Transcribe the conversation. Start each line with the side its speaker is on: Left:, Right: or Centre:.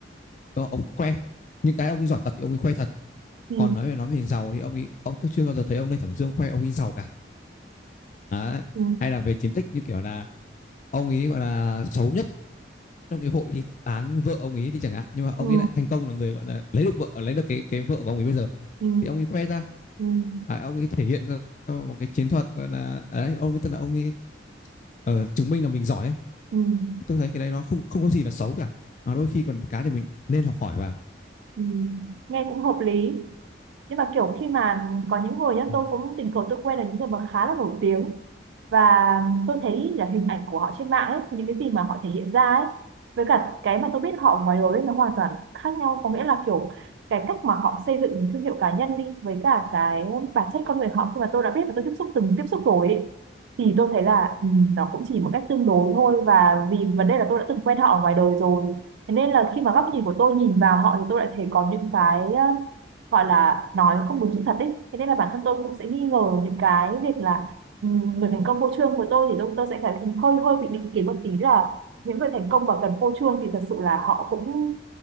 Left: đúng ông ấy khoe những cái ông ấy giỏi thật thì ông ấy khoe thật
Right: ừ,
Left: còn nói về nói về giàu thì ông ấy ông tôi chưa bao giờ thấy ông Lê Thẩm Dương khoe ông ấy giàu cả đấy.
Right: ừ,
Left: hay là về chiến tích như kiểu là ông ấy gọi là xấu nhất trong cái hội thì tán vợ ông ấy thì chẳng hạn nhưng mà ông
Right: ừ,
Left: ấy lại thành công là người gọi là lấy được vợ lấy được cái cái vợ của ông ấy bây giờ
Right: ừ.
Left: thì ông ấy khoe ra
Right: Ừm,
Left: à, ông ấy thể hiện ra một cái chiến thuật gọi là đấy ông ấy tức là ông ấy ờ, chứng minh là mình giỏi ấy.
Right: ừm,
Left: tôi thấy cái đấy nó không không có gì là xấu cả à, đôi khi còn cái thì mình nên học hỏi vào
Right: ừm. Nghe cũng hợp lý nhưng mà kiểu khi mà có những người nhá
Left: ừ.
Right: tôi cũng tình cờ tôi quen là những người mà khá là nổi tiếng và tôi thấy là hình ảnh của họ trên mạng ấy những cái gì mà họ thể hiện ra ấy với cả cái mà tôi biết họ ngoài đời ấy, nó hoàn toàn khác nhau có nghĩa là kiểu cái cách mà họ xây dựng thương hiệu cá nhân đi với cả cái bản chất con người họ khi mà tôi đã biết và tôi tiếp xúc từng tiếp xúc rồi ấy, thì tôi thấy là ừ, nó cũng chỉ một cách tương đối thôi và vì vấn đề là tôi đã từng quen họ ở ngoài đời rồi thế nên là khi mà góc nhìn của tôi nhìn vào họ thì tôi lại thấy có những cái ờ, gọi là nói không đúng sự thật ấy thế nên là bản thân tôi cũng sẽ nghi ngờ những cái việc là Ừ, người thành công vô chương của tôi thì tôi, tôi sẽ phải hơi hơi bị định kiến một tí là những người thành công mà gần vô chương thì thật sự là họ cũng